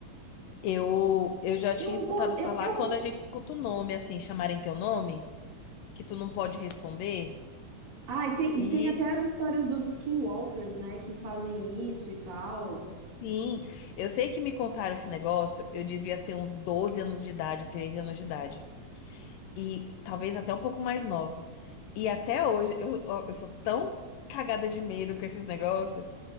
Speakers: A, on the left; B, on the right.
A: Eu, eu já
B: eu
A: tinha escutado
B: vou,
A: falar
B: eu, eu,
A: quando a gente escuta o nome, assim, chamarem teu nome, que tu não pode responder.
B: Ah, e tem,
A: E,
B: e tem até as histórias dos skinwalkers, né? Que fazem isso e tal.
A: sim, eu sei que me contaram esse negócio, eu devia ter uns 12 anos de idade, 13 anos de idade. e talvez até um pouco mais nova. E até hoje, eu, ó, eu sou tão cagada de medo com esses negócios